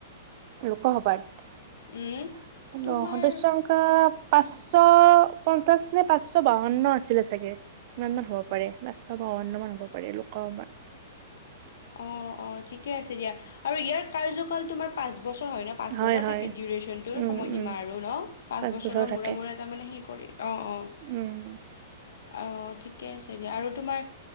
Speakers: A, on the right; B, on the left.
A: লোকসভাত <unintelligible>
B: উম, তোমাৰ
A: সদস্য পাঁচশ পঞ্চাশ নে, পাঁচশ বাৱন্ন আছিলে চাগে। ইমান মান হ'ব পাৰে, পাঁচশ বাউন্ন পাৰে লোকসভাত।
B: অ', অ', ঠিকে আছে দিয়া। আৰু ইয়াৰ কাৰ্যকাল তোমাৰ পাঁচ বছৰ হয় ন? পাঁচ
A: হয়
B: বছৰ
A: হয়
B: থাকে ডিউৰেচনতোৰ
A: উম
B: সময়সীমা
A: উম
B: আৰু ন? পাঁচ বছৰৰ
A: বছৰ থাকে
B: মূৰে মূৰে তাৰমানে হেই কৰি অ', অ'।
A: উম।
B: অ', ঠিকে আছে দিয়া। আৰু তোমাৰ